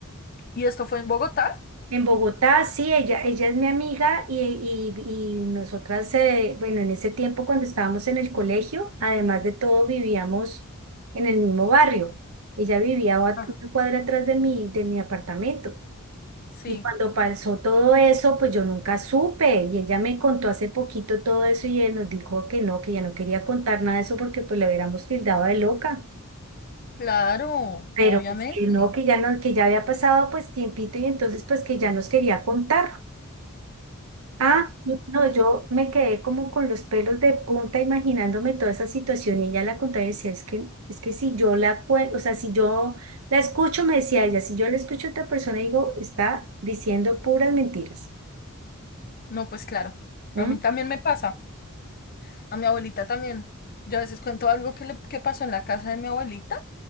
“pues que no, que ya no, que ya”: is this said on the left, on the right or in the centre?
Right